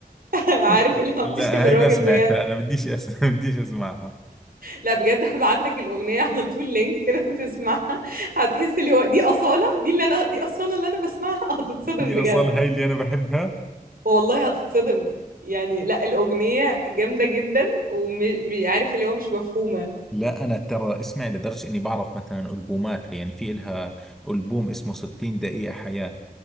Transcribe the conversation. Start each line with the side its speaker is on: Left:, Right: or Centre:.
Right: <laughs> عارف
Centre: <laughs>
Right: اللي هو
Centre: لا
Right: بتشتم
Centre: هاي
Right: الراجل
Centre: ما سمعتها
Right: بجد
Centre: انا بديش أس... <laughs> بديش اسمعها
Right: لا بجد هبعت لك الاغنيه على طول لينك كده تسمعها هتحس اللي هو دي اصاله دي اللي انا دي اصاله اللي انا بسمعها <laughs> هتتصدم
Centre: هي
Right: بجد
Centre: اصلا هاي اللي انا بحبها
Right: والله هتتصدم يعني لا الأغنية جامدة جدا وعارف اللي هو مش مفهومة
Centre: لا انا ترى اسمع لدرجه اني بعرف مثلا البوماتها يعني في الها البوم اسمه 60 دقيقه حياه